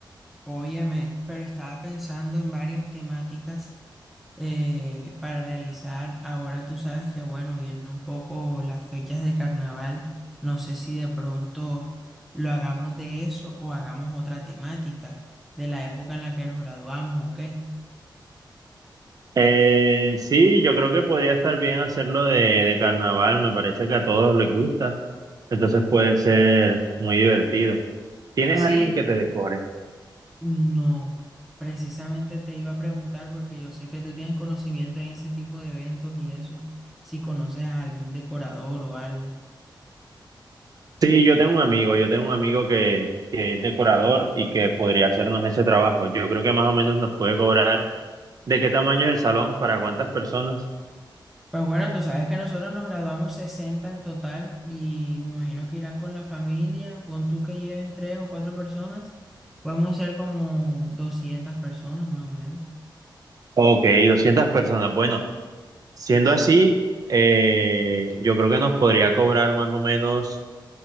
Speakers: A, in the centre; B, on the right.
A: Óyeme, pero estaba pensando en varias temáticas eh, para realizar. Ahora tú sabes que, bueno, vienen un poco las fechas de carnaval. No sé si de pronto lo hagamos de eso o hagamos otra temática de la época en la que nos graduamos o qué.
B: Eh, sí, yo creo que podría estar bien hacerlo de, de carnaval, me parece que a todos les gusta, entonces puede ser muy divertido. ¿Tienes
A: Sí,
B: alguien que te decore?
A: no. Precisamente te iba a preguntar porque yo sé que tú tienes conocimiento en ese tipo de eventos y eso, si conoces a algún decorador o algo.
B: Sí, yo tengo un amigo, yo tengo un amigo que, que es decorador y que podría hacernos ese trabajo. Yo creo que más o menos nos puede cobrar de qué tamaño es el salón, para cuántas personas.
A: Pues bueno, tú sabes que nosotros nos graduamos 60 en total y me imagino que irán con la familia, pon tú que lleven tres o cuatro personas, podemos ser como 200 personas más o menos.
B: Ok, 200 personas. Bueno, siendo así, eh, yo creo que nos podría cobrar más o menos